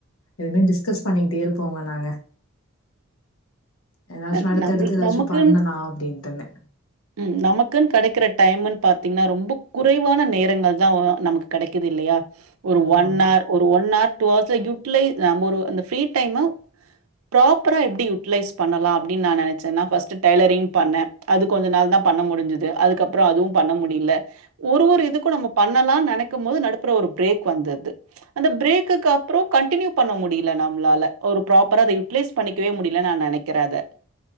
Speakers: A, on the left; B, on the right.
A: எதுமே டிஸ்கஸ் பண்ணிக்கிட்டே இருப்போங்க நாங்க ஏதாச்சு
B: அ
A: அடுத்தடுத்து
B: நம்
A: ஏதாச்சு
B: நமக்கு
A: பண்ணலா அப்டின்ட்டுன்னு
B: ம் நமக்குன் கெடைக்கிற டைம்ன் பாத்தீங்ன்னா ரொம்ப குறைவான நேரங்கள் தா நமக்கு கெடைக்குது இல்லையா ஒரு ஒன்
A: ஆமா
B: ஆர் ஒரு ஒன் ஆர் டூ ஹர்ஸ்ல யுட்லை நம்ம ஒரு அந்த ஃப்ரி டைமு ப்ராப்பரா எப்டி யுட்டிலைஸ் பண்ணலா அப்டின் நா நெனைச்சனா ஃப்ஸ்ட்டு டைலரிங் பண்ணே அது கொஞ்ச நாள் தா பண்ண முடிஞ்சிது அதுக்கப்றோ அதுவு பண்ண முடில ஒரு ஒரு இதுக்கு நம்ம பண்ணலா நெனைக் கும்போது நடப்புற ஒரு பிரேக் வந்தது அந்த பிரேக்குக்கு அப்றோ கண்டினியூ பண்ண முடியல நம்மளால ஒரு ப்ராப்பரா அத யுட்டிலைஸ் பண்ணிக்கவே முடியல நா நெனைக் கறே அத